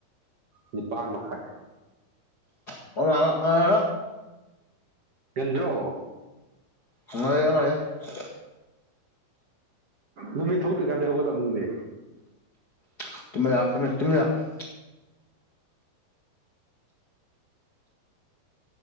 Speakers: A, on the right; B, on the left.
A: ꯅꯤꯄꯥꯥꯟ ꯃꯈꯥꯏ
B: <unintelligible>
A: ꯉꯟꯗ꯭ꯔꯣ
B: ꯍꯂꯧ <unintelligible>
A: ꯅꯨꯃꯤꯠ ꯊꯧꯛꯇꯔꯤꯀꯥꯟꯗ ꯍꯧꯒꯠꯂꯝꯕꯅꯤꯅꯦ
B: <unintelligible>